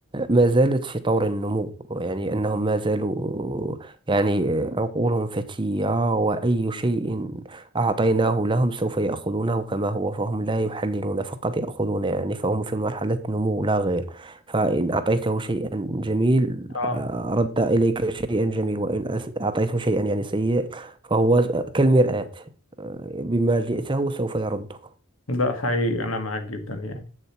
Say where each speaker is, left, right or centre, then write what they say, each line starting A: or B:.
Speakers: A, on the right (about 25°); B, on the left (about 80°).
A: ما زالت في طور النمو يعني أنهم ما زالوا يعني عقولهم فتية وأي شيء أعطيناه لهم سوف يأخذونه كما هو فهم لا يحللون فقط يأخذون يعني فهم في مرحلة نمو لا غير فإن أعطيته شيئا جميل
B: اه
A: آه، رد إليك شيئا جميل وإن أس- أعطيته شيئا يعني سيء فهو كالمرآة آه، بما جئته سوف يردك
B: ده حقيقي انا معاك جدا يعني